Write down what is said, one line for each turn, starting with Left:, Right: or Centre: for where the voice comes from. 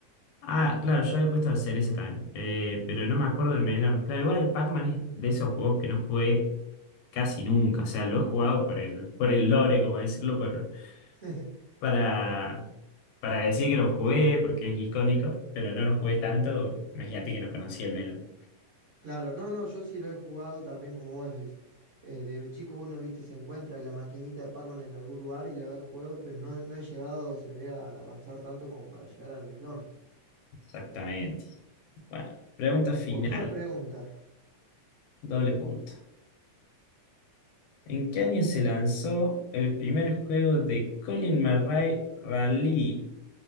Left: Ah, claro, yo había puesto la cereza también, eh, pero no me acuerdo del melón. Claro, igual el Pac-Man es de esos juegos que no jugué casi nunca. O sea, lo he jugado por el, por el lore, como decirlo, por,
Right: <laughs>
Left: para, para decir que lo jugué, porque es icónico, pero no lo jugué tanto. Imagínate que no conocía el melón.
Right: Claro, no, no, yo sí lo he jugado también, como vos decís. Eh, de chico uno, viste, se encuentra la maquinita de Pac-Man en algún lugar y la he jugado, pero no, no he llegado, se ve, a avanzar tanto como para llegar al melón.
Left: Exactamente. Bueno, pregunta final.
Right: Última pregunta.
Left: Doble punto. ¿En qué año se lanzó el primer juego de Colin Murray Rally?